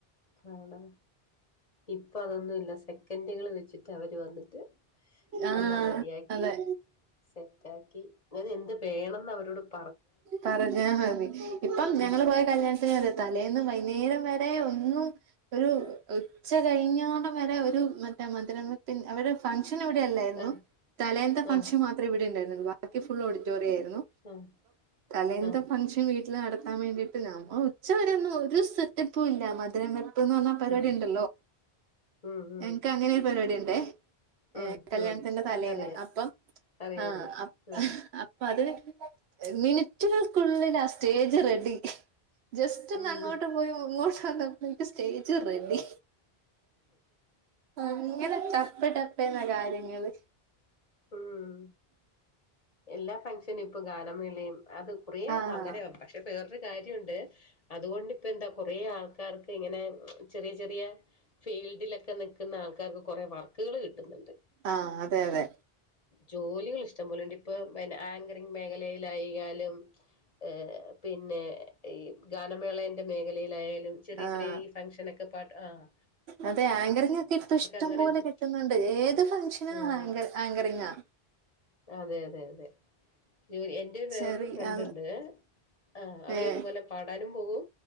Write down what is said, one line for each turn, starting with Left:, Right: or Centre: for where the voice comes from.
Left: കാണാം ഇപ്പൊ അതൊന്നുമില്ല സെക്കൻഡുകൾ വെച്ചിട്ടാ അവര് വന്ന് - ട്ട്
Right: ആഹ്
Left: എല്ലാം റെഡിയിയാക്കി
Right: അതെ
Left: സെറ്റ് ആക്കി ഇനി എന്ത് വേണംന്ന് അവരോട് -
Right: പറഞ്ഞാൽ മതി ഇപ്പം
Left: ഉം
Right: ഞങ്ങള് പോയ കല്യാണത്തിന് - തലേന്ന് വൈകുന്നേരം വരെ ഒന്നും- ഒരു ഉച്ച കഴിഞ്ഞോടം വരെ ഒരു മറ്റേ മധുരം വെപ്പിന്റെ അവര് ഫംഗ്ഷൻ ഇവിടെയല്ലായിരുന്നു
Left: ആഹ്
Right: തലേത്തെ ഫങ്ഷൻ
Left: ആഹ്
Right: മാത്രേ ഇവിടെ ഉണ്ടായിരുന്നുള്ളൂ ബാക്കി ഫുൾ ഓഡിറ്റോറിയ ആയിരുന്നു
Left: ആഹ്
Right: തലേന്ത
Left: ആഹ്
Right: ഫംഗ്ഷൻ വീട്ടിൽ നടത്താൻ വേണ്ടിട്ട് നമ്മ ഉച്ചവരെൊന്നും ഒരു സെറ്റപ്പും ഇല്ല മധുരംവെപ്പ്,, ഇപ്പന്ന് പറഞ്ഞാ പരിപാടി
Left: ഉം
Right: ഉണ്ടല്ലോ
Left: ഉം ഉം
Right: എനക്ക് അങ്ങനെൊ ഒരു പരിപാടി ഉണ്ടേ
Left: ഉം
Right: ഏ ഹ് കല്യാണത്തിന്റെ
Left: ഉം
Right: തലേന്ന്
Left: അറിയാം
Right: അപ്പം
Left: അറിയാം
Right: ആഹ്
Left: അറിയാം ഉം
Right: അപ്പ അതിന് മിനിറ്റുകൾക്കുള്ളിൽ ആ സ്റ്റേജ് റെഡി ജസ്റ്റ് ഒന്ന്
Left: ഉം
Right: അങ്ങോട്ട് പോയി ഇങ്ങോട്ട് വന്നപ്പോഴേക്ക് സ്റ്റേജ് റെഡി അങ്ങനെ ടപ്പടപ്പേ എന്ന കാര്യങ്ങള്
Left: ഉം എല്ലാ ഫങ്ഷനും ഇപ്പൊ ഗാനമേളയും അത് കുറിയ
Right: ആഹ്
Left: അങ്ങനെ പക്ഷെ വേറ കാര്യമുണ്ട് അതുകൊണ്ടിപ്പ എന്താ കൊറെേ ആൾക്കാർക്ക് ഇങ്ങനെ ചെറിയ ചെറിയ ഫീൽഡിലൊക്കെ നിൽക്കുന്ന ആൾക്കാർക്ക് കുറെേ വർക്കുകൾ കിട്ടുന്നുണ്ട്
Right: ആഹ് അതെ അതെ
Left: ജോലികൾ ഇഷ്ടംപലെണ്ട് ഇപ്പൊ ആങ്കറിങ് മേഖലയിലായാലും ഏഹ് പിന്നെ ഈ ഗാനമേളേന്റെ മേഖലയിലായാലും ചെറിയ
Right: ആഹ്
Left: ചെറിയ ഈ ഫംഗ്ഷനൊക്കെ പാ്ട്ട് ആഹ്
Right: അതെ ആങ്കറിങ്ങ ഒക്കെ ഇഷ്ടം
Left: അങ്ങനെ
Right: പോലെ
Left: ജോ-
Right: കിട്ടുന്നുണ്ട് ഏത് ഫംഗ്ഷനും
Left: ഉം
Right: ആങ്കർ ആങ്കറിങ്ങാ
Left: അതെ അതെ അതെ ജൂ എൻ എന്റെ വേറൊരു
Right: ചെറിയ
Left: ഫ്രണ്ട് ഉണ്ട്ഏഹ് അവള
Right: ഏഹ്
Left: ഇതു പോലെ പാടാനും പോകും